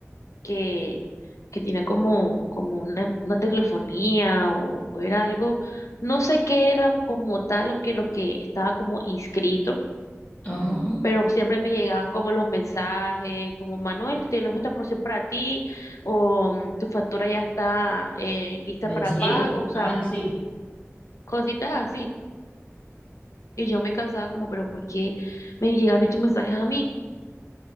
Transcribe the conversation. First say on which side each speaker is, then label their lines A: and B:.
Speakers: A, on the left (about 85°); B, on the left (about 35°).
A: que, que tiene como, como una, una telefonía o, o era algo, no sé qué era como tal lo que, lo que estaba como inscrito
B: Ajá.
A: pero siempre me llegaban como los mensajes, como Manuel, tenemos esta promoción para ti, o mm, tu factura ya está eh, lista
B: Vencida.
A: para pago, o sea,
B: Ajá, sí.
A: cositas así. Y yo me cansaba como, pero ¿por qué me llegan estos mensajes a mí?